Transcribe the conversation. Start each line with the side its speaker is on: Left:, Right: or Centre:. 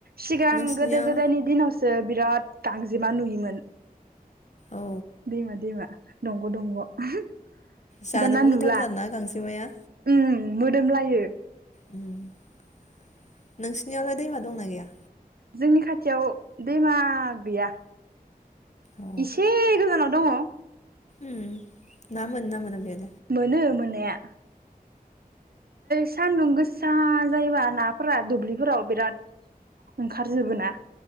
Right: सिगां
Left: नोंसिनियाव
Right: गोदो गोदायनि दिनावसो बिराद गांजेमा नुयोमोन
Left: औ
Right: दैमा दैमा दंग' दंग'
Left: जानोबो
Right: दाना
Left: गोथावथारना
Right: नुला
Left: गांजेमाया
Right: ओम मोदोमलाय ए
Left: उम नोंसिनियावलाय दैमा दंना गैया?
Right: जोंनि खाथियाव दैमा गैया।
Left: औ
Right: एसे गोजानाव दङ।
Left: उम ना मोनोना मोना बिहा
Right: मोनो मोननाया सान्दुं गोसा जायोबा नाफोरा दुब्लिफोराव बिराद ओंखार जोबो ना।